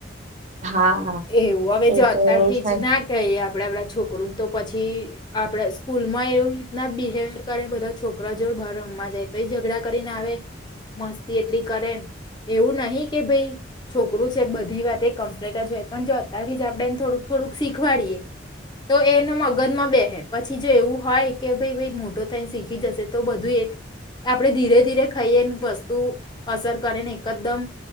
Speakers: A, on the right; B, on the left.
A: હા
B: એવું હવે
A: એ
B: જો
A: તો
B: અત્યાર
A: એવું
B: થી
A: છે
B: જ ના કહીએ આપડે આપણા છોકરોને તો પછી આપડા સ્કૂલ માં એવી રીતના બિહેવિયર કરે બધા છોકરા જોડ બર રમવા જાય તો એ ઝઘડા કરીને, આવે મસ્તી એટલી કરે એવું નહી કે ભાઈ છોકરું છે, બધી વાત કમ્પ્લેટ જ હોય. પણ જો અત્યારથી જ આપડેને થોડુંક થોડુંક શીખવાડીએ તો એના મગજ માં બેહે પછી જો એવું હોય કે ભાઈ મોટો થાય શીખી જશે તો બધું એક આપડણે ધીરે ધીરે ખાઈએને વસ્તુ અસર કરેને એકદમ